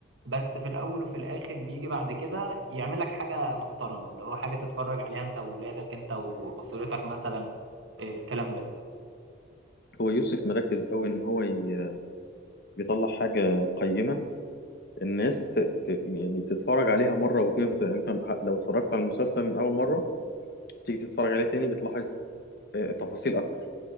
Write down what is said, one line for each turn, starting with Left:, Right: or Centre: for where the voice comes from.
Right: بس في الاول وفي الاخر بيجي بعد كده يعمل لك حاجة محترمة اللي هو حاجة تتفرج عليها انت وولادك انت واسرتك مثلا الكلام ده
Left: هو يوسف مركز قوي ان هو ي- يطلع حاجه قيمه الناس ت... ت... يعني تتفرج عليها مره واتنين وتلاته يعني انت لو اتفرجت على المسلسل من اول مره تيجي تتفرج عليه تاني بتلاحظ آه تفاصيل اكتر